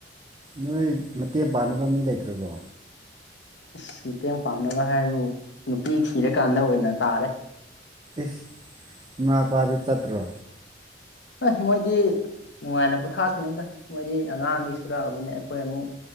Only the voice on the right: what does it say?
ꯅꯣꯏ ꯃꯇꯦꯡ ꯄꯥꯡꯅꯕ ꯃꯤ ꯂꯩꯇ꯭ꯔꯕꯣ?
ꯏꯁ ꯏꯃꯥ ꯏꯄꯥꯗꯤ ꯆꯠꯇ꯭ꯔꯣ?